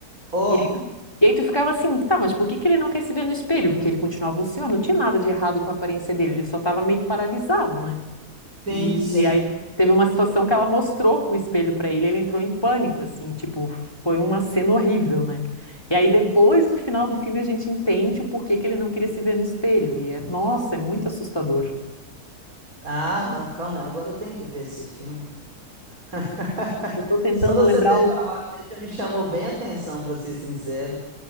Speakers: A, on the right; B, on the left.
A: Oh,
B: E aí, tu- e aí tu ficava assim, tá, mas por que que ele não quer se ver no espelho? Porque ele continuava o senhor, não tinha nada de errado com a aparência dele, ele só estava meio que paralisado, né?
A: sim,
B: E
A: sim.
B: aí teve uma situação que ela mostrou o espelho pra ele, ele entrou em pânico, assim, tipo, foi uma cena horrível, né? E aí depois, no final do filme, a gente entende o porquê que ele não queria se ver no espelho. E é, nossa, é muito assustador.
A: Ah, não, calma aí. Agora eu tenho que ver esse filme. ó. <laughs>
B: Eu tô tentando
A: Só de você
B: lembrar
A: ter
B: o,
A: falado aí já me chamou bem a atenção, pra ser sincero.